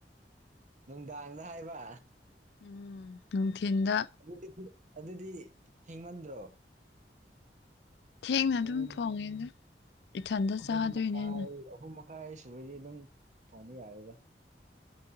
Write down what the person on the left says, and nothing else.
ꯎꯝ ꯅꯨꯡꯊꯤꯟꯗ
ꯊꯦꯡꯅ
ꯑꯗꯨꯝ ꯊꯣꯡꯉꯦꯗ ꯏꯊꯟꯇ
ꯆꯥꯗꯣꯏꯅꯤꯅ